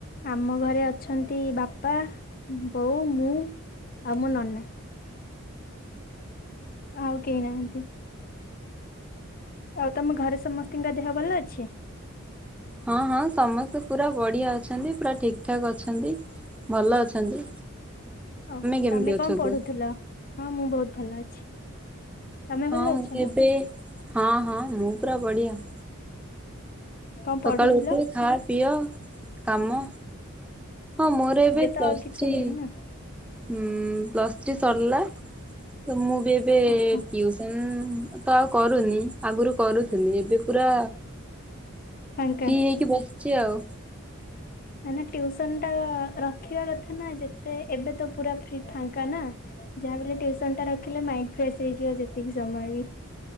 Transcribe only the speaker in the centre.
ହଁ ହଁ ସମସ୍ତେ ପୁରା ବଢିଆ ଅଛନ୍ତି ପୁରା ଠିକ ଠାକ୍ ଅଛନ୍ତି। ଭଲ ଅଛନ୍ତି।
କେମିତି
ଅଛ
କୁହ
ହଁ
ଙ୍ଗ
ଏବେ ହଁ ହଁ ମୁଁ ପୁରା ବଢିଆ।
ସକାଳୁ ଉଠି ଖାଅ ପିଅ କାମ ହଁ ମୋର ଏବେ
ପ୍ଲସ
ଥ୍ରି।
ହୁଁ ପ୍ଲସ୍ ଥ୍ରୀ ସରିଲା ତ ମୁଁ ଏ ଏବେ
ଟିଉସନ ତ ଆଉ କରୁନି ଆଗରୁ କରୁଥିଲି ଏବେ ପୁରା
ଫ୍ରି ହେଇକି ବସିଛି ଆଉ।